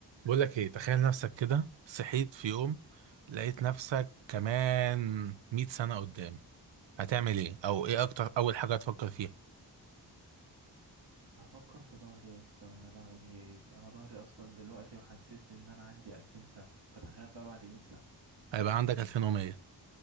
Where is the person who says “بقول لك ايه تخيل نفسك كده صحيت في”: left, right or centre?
Right